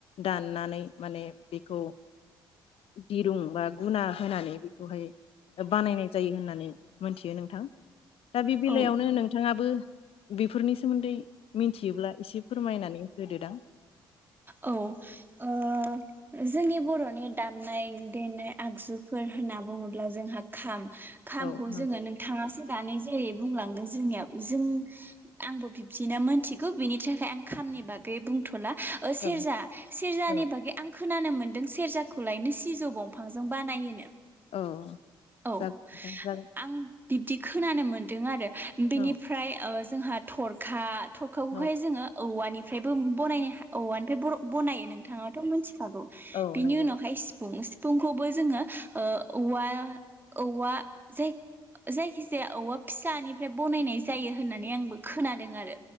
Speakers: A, on the left; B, on the right.
A: दाननानै माने बेखौ दिरुं बा गुना होनानै बेखौहाय बानायनाय जायो होननानै मोनथियो नोंथां। दा बे बेलायावनो
B: औ
A: नोंथाङाबो बेफोरनि सोमोन्दै मिथियोब्ला एसे फोरमायनानै होदोदां
B: औ ओ जोंनि बर'नि दामनाय देनाय आगजुफोर होनना बुङोब्ला जोंहा खाम खामखौ
A: औ नंगौ
B: जोङो नोंथाङासो दाननाय जेरै बुंलांदों जोंनियाव जों आंबो बिब्दिनो मोनथिगौ बिनि थाखाय आं खामनि बागै बुंथ'ला ओ सेरजा
A: औ
B: सेरजानि
A: औ
B: बागै आंखो खोनानो मोनदों सेरजाखौलायनो सिजौ दंफांजों बानायोनो।
A: औ
B: औ
A: जागोन नोंथां जागोन
B: आं बिब्दि खोनानोमोन। दों आरो। बिनिफ्राय
A: औ
B: ओ जोंहा थरखा। थरखाखौहाय
A: औ
B: जोङो औवानि ओमफ्रायबो बनायनो औव-औवानिफ्राय बर बनायो। नोंथाङावथ' मोनथि खागौ
A: औ
B: बिनि
A: नंगौ
B: उनावहाय सिफुं सि फुंखौबो जोङो ओ औवा औवा जाय जायखिजाया औवा फिसानिफ्राय बनायनाय जायो होननानै आंबो खोनादों आरो।